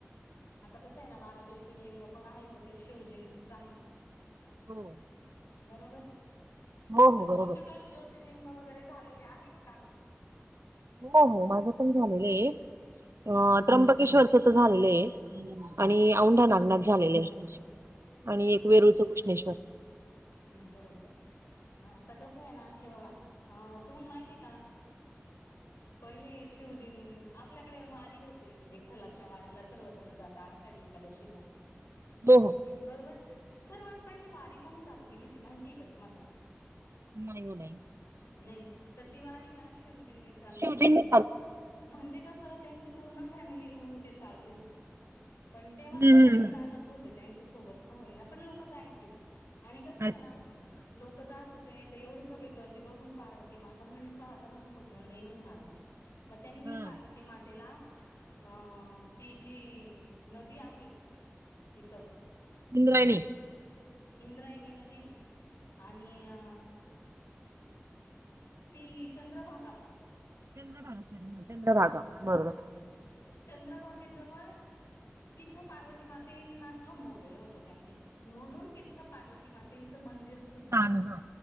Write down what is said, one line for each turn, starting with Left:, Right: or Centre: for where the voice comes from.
Left: आता कसं आहे ना, बारा ज्योतिर्लिंग पण आहे ते शिवजींचेच आहे
Right: हो.
Left: बरोबर.
Right: हो
Left: तर
Right: हो बरोबर
Left: तुमचे काही ज्योतिर्लिंग वगैरे झालेले आहेत का?
Right: हो हो माझं पण झालेलं आहे
Left: हम्म
Right: अ त्र्यंबकेश्वरचं तर झालेले आहे आणि
Left: हम्म
Right: औंढा नागनाथ झालेले आहे, आणि एक वेरूळचं कृष्णेश्वर.
Left: हम्म बरोबर. अ आता कसं आहे ना हे बघा, अ तुम्हाला माहितीय का? पहिले शिवजीनं, आपल्याकडे वारी होते, विठ्ठलाच्या वारीला सर्व जणं जातात आषाडी एकादशीला,
Right: हो हो
Left: बरोबर, सर्वात पहिले वारी कोणी चा चालू केली होती माहितीये का तुम्हाला?
Right: नाही हो नाही.
Left: नाही, तर ति वारी ना शिवजींनी चालू
Right: शिवजींनी
Left: केली होती, म्हणजे कसं त्यांची पूर्ण फॅमिली घेऊन ते चालले होते, पण तेव्हा लोकंही
Right: हम्म
Left: जातच होत ते त्यांच्या सोबत का होईना, पण लोकं जायचेच, आणि कसंय
Right: अच्छा
Left: ना लोकं जात होते तर एवढे सगळे गर्दी बघून पारवती माता आता म्हणे, का आता माझ्या कडनं नाही होणार म्हणे. मग त्यांनी
Right: हम्म
Left: पारवती ती मातेला, अ ती जी नदी आहे तिथं
Right: इंद्रायणी
Left: इंद्रायणी नदी आणि अ ती चंद्रभागा.
Right: चंद्रभागा चंद्रभागा बरोबर.
Left: <unintelligible> चंद्रभागेजवळ तिथं पार्वती मातेंना थांबवलेलं होतं त्यांनी. म्हणून तिथं पार्वती मातेंचं मंदिर सुद्धा हाय.
Right: तान हा